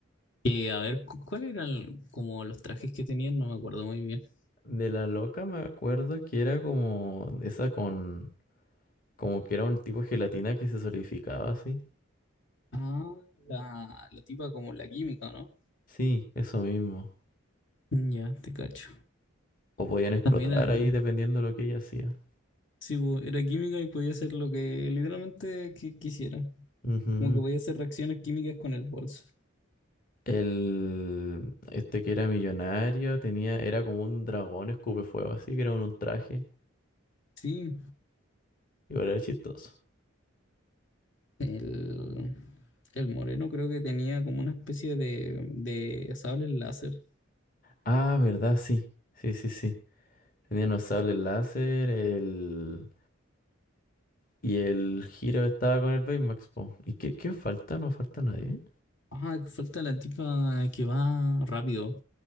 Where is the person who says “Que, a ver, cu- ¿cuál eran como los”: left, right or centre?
Left